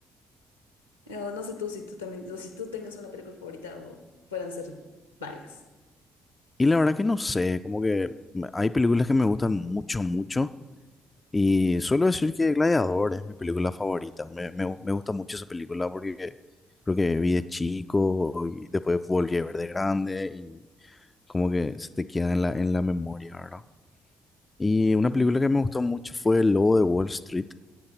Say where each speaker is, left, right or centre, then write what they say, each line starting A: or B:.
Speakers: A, on the left (about 90°); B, on the left (about 25°).
A: Eh, o no sé tú si tú también, o si tú tengas una película favorita o puedan ser varias.
B: Y la verdad que no sé, como que me- hay películas que me gustan mucho, mucho. Y suelo decir que Gladiador es mi película favorita. Me, me, me gusta mucho esa película porque creo que vi de chico y después volví a ver de grande y como que se te queda en la, en la memoria, ¿verdad? Y una película que me gustó mucho fue El Lobo de Wall Street.